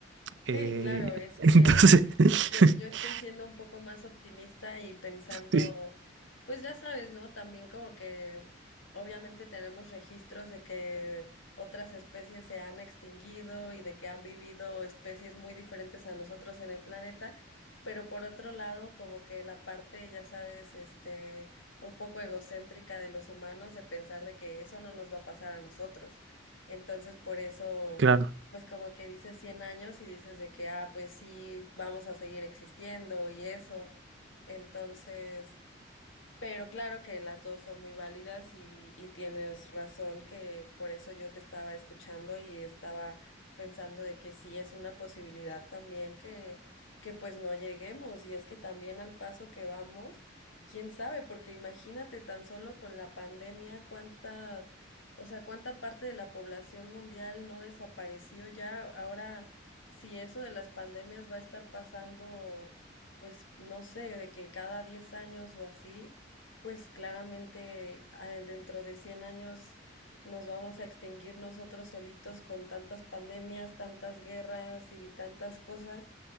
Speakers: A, on the right; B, on the left.
A: Eh,
B: sí, claro, es
A: <laughs> entonces,
B: que
A: <laughs>
B: Yo, yo estoy siendo un poco más optimista y pensando,
A: sí,
B: pues ya sabes, ¿no? También como que obviamente tenemos registros de que otras especies se han extinguido y de que han vivido especies muy diferentes a nosotros en el planeta, pero por otro lado, como que la parte, ya sabes, este, un poco egocéntrica de los humanos de pensar de que eso no nos va a pasar a nosotros. Entonces, por eso
A: claro.
B: pues como que dices 100 años y dices de que, ah, pues sí, vamos a seguir existiendo y eso. Entonces, pero claro que las dos son muy válidas y, y tienes razón que por eso yo te estaba escuchando y estaba pensando de que sí es una posibilidad también que, que pues no lleguemos y es que también al paso que vamos, quién sabe, porque imagínate tan solo con la pandemia cuánta, o sea, cuánta parte de la población mundial no desapareció ya. Ahora, si eso de las pandemias va a estar pasando, pues no sé, de que cada 10 años o así pues claramente ah, dentro de 100 años nos vamos a extinguir nosotros solitos con tantas pandemias, tantas guerras y tantas cosas